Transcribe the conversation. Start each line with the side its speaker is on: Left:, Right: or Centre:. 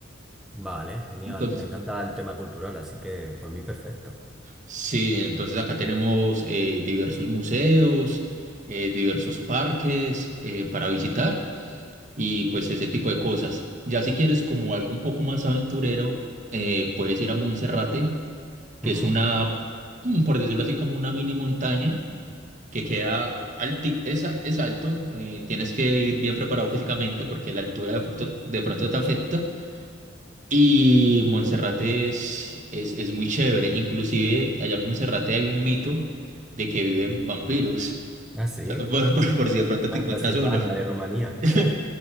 Centre: Vale, genial.
Right: Entonces,
Centre: Me encanta el tema cultural, así que por mí perfecto.
Right: sí, entonces acá tenemos eh, diversos museos, eh, diversos parques eh, para visitar y pues ese tipo de cosas. Ya si quieres como algo un poco más aventurero, eh, puedes ir a Monserrate que
Centre: Ujú.
Right: es una, mm, por decirlo así, como una mini montaña que queda alti, es, a- es alto, eh, tienes que ir bien preparado físicamente porque la altura de pronto, de pronto te afecta. Y Monserrate es, es, es muy chévere, inclusive allá en Monserrate hay un mito de que viven vampiros.
Centre: Ah, sí.
Right: <laughs> Por, por- por si de pronto te
Centre: En
Right: encuentras
Centre: Transilvania,
Right: uno.
Centre: de Rumanía.
Right: <laughs>
Centre: <laughs>